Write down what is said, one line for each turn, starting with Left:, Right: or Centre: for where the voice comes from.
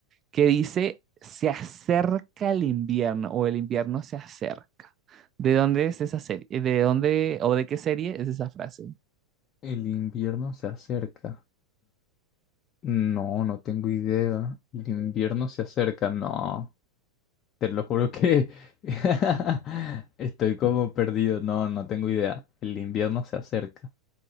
Right: que dice, se acerca el invierno o el invierno se acerca. ¿De dónde es esa serie? ¿De dónde o de qué serie es esa frase?
Left: El invierno se acerca. No, no tengo idea. El invierno se acerca. No, te lo juro que <laughs> estoy como perdido. No, no tengo idea. El invierno se acerca.